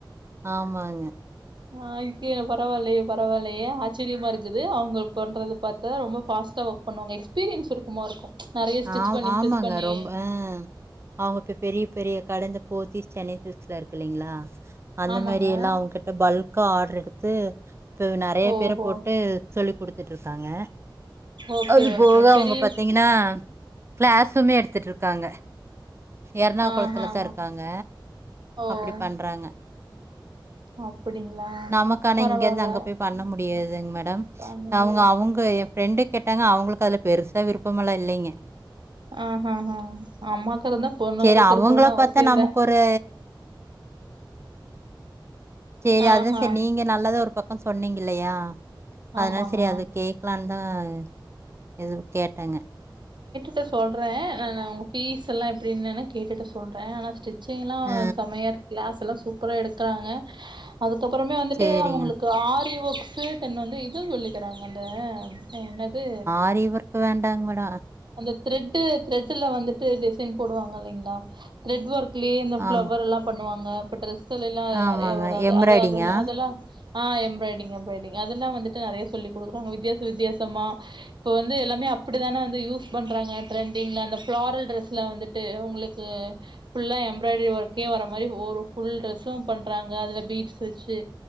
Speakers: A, on the right (about 30°); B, on the right (about 65°).
A: ஆமாங்க
B: ஆ இதுக்கு பரவாயில்லையே பரவாயில்லையே ஆச்சரியமா இருக்குது அவங்க பண்றது பார்த்தா ரொம்ப ஃபாஸ்ட்டா ஒர்க் பண்ணுவாங்க எக்ஸ்பீரியன்ஸ் இருக்குமோ இருக்கும் நெறைய ஸ்டிச்
A: ஆ
B: பண்ணி
A: ஆமாங்க
B: ஸ்டிச் பண்ணி
A: ரொம்ப அஹ் அவங்கப்பய் பெரிய பெரிய கடந்த போத்தீஸ் சென்னை சில்க்ஸ்லா இருக்கு இல்லலைங்களா அந்த
B: ஆமாங்க
A: மாரி எல்லாம் அவங்க கிட்ட பல்க் காடுடர் எடுத்து ப்போ நெறயா
B: ஓஹோ
A: பேர போட்டு சொல்லிக் கொடுத்துட்டு இருக்காங்க
B: ஓகே
A: அது போக
B: ஓகே
A: அவங்க
B: பெரிய
A: பாத்தீங்கன்னா கிளேஸுமே எடுத்துட்டு இருக்காங்க எர்ணாககுளத்துலதா
B: ஆஹாஹா
A: இருக்காங்க
B: ஓ
A: அப்டி பண்றாங்க
B: அப்டிங்களா
A: நமக்கானா
B: பரவால்ல
A: இங்க இருந்து அங்க போய் பண்ண முடியாதுங் மேடம்
B: அந்த
A: அவங்க
B: மாரி
A: அவங்க என் பிரெண்டு கேட்டாங்க அவங்களுக்கு அதுல பெருசா விருப்பமெல்லா இல்லீங்க
B: ஆஹ் ஹ ஹ அம்மாக்கு இருந்தா பொண்ணுங்களுக்கு
A: சரி அவங்கள
B: இருக்கணுனு அவசிய
A: பாத்தா
B: இல்ல
A: நமக்கு ஒரு சேரி
B: ஆஹ்ஹா
A: அது சரி நீங்க நல்லத ஒரு பக்கம் சொன்னீங்க இல்லையா அதனால
B: ஆமாங்க
A: சரி அது கேக்கலான் நஹ் எது கேட்டாங்க
B: சர் சொல்றே ஹ்ம் பீஸ் எல்லா எப்டின்னு வேணா கேட்டுட்டு சொல்றே நெனச்ட் இர் ச்சங்கனா
A: ஆ
B: செமையா இருக்ல க்ளாஸ் எல்லா சூப்பரா எடுக்கறாங்க அதுக்கு அதுக்கப்பறமே வந்துட்டு
A: சரிங்க.
B: அவங்களுக்கு ஆறிவு சேவ் பண்ணின் வந்து இது சொல்லிக்கறாங்க அந்த என்னது
A: அரிவருக்கு வேண்டாங் மேட
B: த் த்ரெட்டு த்ரெட்டுல வந்துட்டு டிசைன் போடுவாங் இல்லிங்களா த்ரெட் ஒர்க் கிளே இந்த பிளவர்
A: ஆம்
B: எல்லா பண்ணுவாங் நா பட்டல்ஸ் இதுல எல்லா
A: ஆமாங்க.
B: நெறயா வராது
A: எம்ப்ராய்டிங்கா?
B: அது அதல்ல அதெல்லா ஆஹ் எம்ராய்டிங் எம்ராய்டிங் அதெல்லா வந்துட்டு நெறயா சொல்லி கொடுக்கறாங்க வித்யாச வித்யாசமா இப்ப வந்து எல்லாமே அப்டிதானே வந்து யூஸ் பண்றாங்க த்ரெண்டிங்ல அந்த ஃபிளாரல் ட்ரெஸ்ல வந்துட்டு உங்களுக்கு ஃபுல்லா எம்ராய்டரி ஒர்க்கே வர மாரி ஒரு ஃபுல் ட்ரெஸ்ஸும் பண்றாங்க அதுல பீட்ஸ் வச்சு